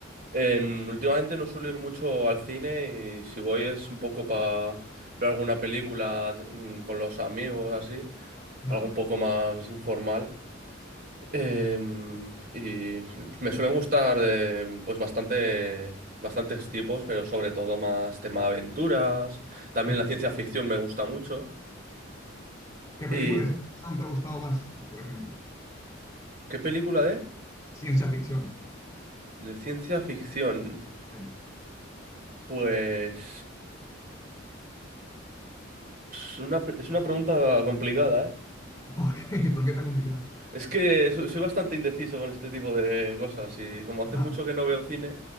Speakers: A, on the right; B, on the left.
A: em, últimamente no suelo ir mucho al cine y si voy es un poco para ver alguna película mm, con los amigos, así,
B: No,
A: algo
B: no.
A: un poco más informal. Em, y me suelen gustar em, pues bastante, bastantes tipos, pero sobre todo más tema aventuras. También
B: Sí.
A: la ciencia ficción me gusta mucho.
B: ¿Qué
A: ¿Y
B: película de ciencia ficción te ha gustado más, por ejemplo?
A: qué película de?
B: Ciencia ficción.
A: De ciencia ficción.
B: Sí.
A: Pues es una, pe- es una pregunta complicada, ¿eh?
B: ¿Por qué? <laughs> ¿Por qué está complicada?
A: Es que so- soy bastante indeciso con este tipo de cosas y como hace
B: Ajá,
A: mucho que no veo cine,